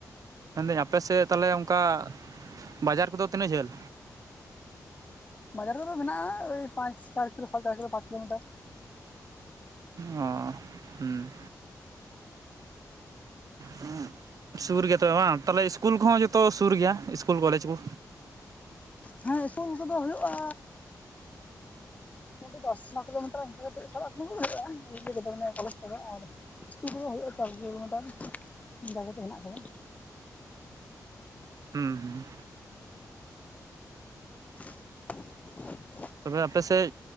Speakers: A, on the right (about 65°); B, on the left (about 25°).
A: ᱢᱮᱱᱫᱟᱹᱧ ᱟᱯᱮ ᱥᱮᱫ ᱛᱟᱦᱚᱞᱮ ᱚᱱᱠᱟ ᱵᱟᱡᱟᱨ ᱠᱚᱫᱚ ᱛᱤᱱᱟᱹᱜ ᱡᱷᱟᱹᱞ?
B: ᱵᱟᱡᱟᱨ ᱠᱚᱫᱚ ᱢᱮᱱᱟᱜ-ᱟ᱾ ᱳᱭ ᱯᱟᱸᱪ ᱪᱟᱨ ᱠᱤᱞᱳ ᱥᱟᱲᱮ ᱪᱟᱨ ᱠᱤᱞᱳ ᱯᱟᱸᱪ ᱠᱤᱞᱳᱢᱤᱴᱟᱨ
A: ᱚ ᱦᱮᱸ ᱦᱩ ᱥᱩᱨ ᱜᱮᱭᱟ ᱛᱚᱵᱮ ᱵᱟᱝ ᱛᱟᱦᱞᱮ ᱤᱥᱠᱩᱞ ᱠᱚᱦᱚᱸ ᱡᱚᱛᱚ ᱥᱩᱨ ᱜᱮᱭᱟ ᱤᱥᱠᱩᱞ ᱠᱚᱞᱮᱡᱽ ᱠᱚ᱾
B: ᱦᱮᱸ ᱤᱥᱠᱩᱞ ᱠᱚᱫᱚ ᱦᱩᱭᱩᱜ-ᱟ᱾ ᱢᱚᱴᱟᱢᱩᱴᱤ ᱫᱚᱥ ᱠᱤᱞᱳᱢᱤᱴᱟᱨ ᱤᱱᱠᱟᱹ ᱠᱟᱛᱮ ᱥᱟᱵ ᱦᱩᱭᱩᱜ-ᱟ᱾ ᱤᱭᱟᱹ ᱠᱚᱞᱮᱡᱽ ᱠᱚᱫᱚ ᱟᱨ ᱤᱥᱠᱩᱞ ᱠᱚ ᱫᱚ ᱦᱩᱭᱩᱜ-ᱟ ᱫᱚᱥ ᱠᱤᱞᱚ ᱢᱤᱴᱟᱨ ᱚᱱᱠᱟ ᱠᱟᱛᱮ ᱦᱮᱱᱟᱜ ᱠᱟᱫᱟ
A: ᱦᱩᱸ ᱦᱩᱸ
B: <unintelligible>
A: ᱛᱚᱵᱮ ᱟᱯᱮᱥᱮᱫ